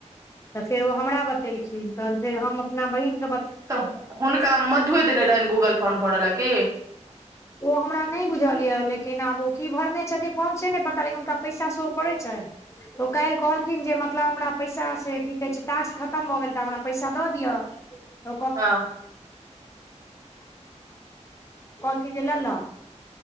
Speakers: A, on the left (about 25°); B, on the right (about 25°).
A: त फेर ओ हमरा बतेलखिन तहन फेर हम अपना बहिन
B: तऽ हुनका मधुए देने रहनि गूगल फोर्म भरऽ ल की
A: ओ हमरा नहि बुझल यए लेकिन आब ओ की भरने छथिन फॉर्म से नहि पता लेकिन हुनका पैसा सेह करैत छनि तऽ काल्हि कहलखिन जे मतलब हमरा पैसा से की कहे छै टासक खतम भऽ गेल तऽ हमरा पैसा दऽ दिअ <inaudible>
B: हँ
A: <inaudible> की जे लेलक